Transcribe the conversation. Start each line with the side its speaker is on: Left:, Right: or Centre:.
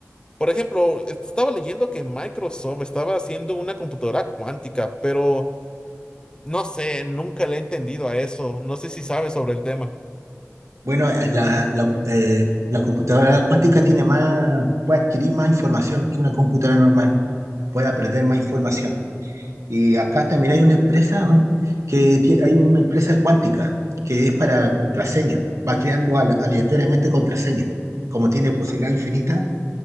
Left: Por ejemplo, estaba leyendo que Microsoft estaba haciendo una computadora cuántica, pero no sé, nunca le he entendido a eso. No sé si sabes sobre el tema.
Right: Bueno, eh, la, la, eh, la computadora cuántica tiene más, puede adquirir más información que una computadora normal, puede aprender más información. Y acá también hay una empresa don- que tie- hay una empresa cuántica que es para contraseña, va creando al- aleatoriamente contraseña. Como tiene posibilidad infinita,